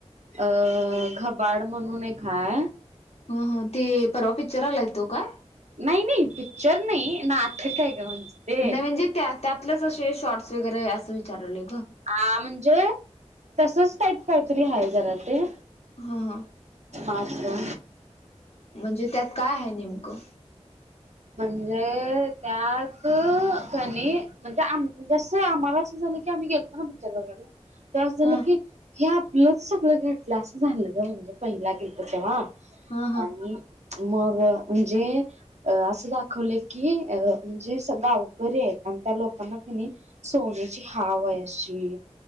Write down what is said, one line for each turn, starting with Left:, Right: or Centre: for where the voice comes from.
Right: अ घबाड म्हणून एक आहे
Left: ह ह ते परवा पिकच्चर आलय तो का
Right: नाही नाही पिकच्चर नाही नाटक आहे ग म्हणजे ते
Left: नाही म्हणजे त्या त्यातलेच असे शॉर्ट्स वगैरे असं विचारवले ग
Right: हा, म्हणजे तसच टईप काहीतरी आहे जरा ते
Left: हा हा
Right: अच्छा
Left: म्हणजे त्यात काय आहे नेमकं
Right: म्हणजे त्यात कणी म्हणजे आमजेस आम्हाला असं झालं की आम्ही गेलो पिक्चर बघायला त्रास झालं
Left: हा
Right: की हे आपलंच सगळं घटलं असं झालं ग म्हणजे पहिला गेलतो तेव्हा
Left: हा हा
Right: आणि मग म्हणजे अ असं दाखवलं की अ म्हणजे असं गावकरी आहेत आणि त्या लोकांना कणी सोन्याची हाव आहे अशी.